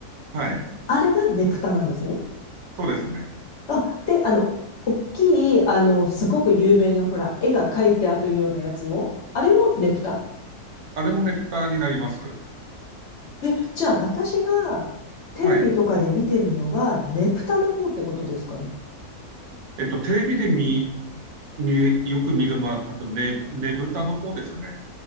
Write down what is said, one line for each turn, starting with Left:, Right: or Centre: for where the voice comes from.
Right: はい。
Left: あれがねぷたなんですね。
Right: そうですね。
Left: あ、で、あの、大きい、あの、すごく有名な、ほら、絵が描いてあるようなやつも、あれもねぷた
Right: あれもねぷたになります。
Left: え、じゃあ私がテレビとかで見てるのは、
Right: はい。
Left: ねぷたの方ってことですかね。
Right: えっと、テレビで見、見、よく見るのは、あとね、ねぶたの方ですね。